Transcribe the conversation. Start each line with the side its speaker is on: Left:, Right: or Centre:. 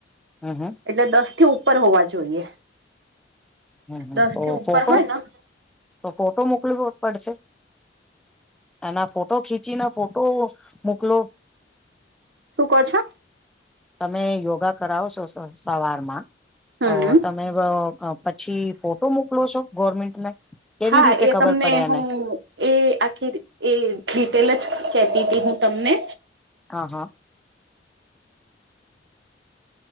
Centre: હહ હહ
Right: એટલે દસથી ઉપર હોવા જોઈએ.
Centre: હમ હમ
Right: દસ થી
Centre: ઓ
Right: ઉપર
Centre: ફોટો
Right: હોય ને
Centre: તો ફોટો મોકલવો પડશે? એના ફોટો ખીચીને ફોટો મોકલો
Right: શું કો છો.
Centre: તમે યોગા કરાવો છો સવારમાં
Right: હમ
Centre: તો ત તમે પછી ફોટો મોકલો છો ગવર્મેન્ટને કેવી
Right: હા
Centre: રીતે
Right: એ
Centre: ખબર
Right: તમને
Centre: પડે એને
Right: હું એ આખી એ રિટેલ જ કેતી હતી હું તમને
Centre: હા હા.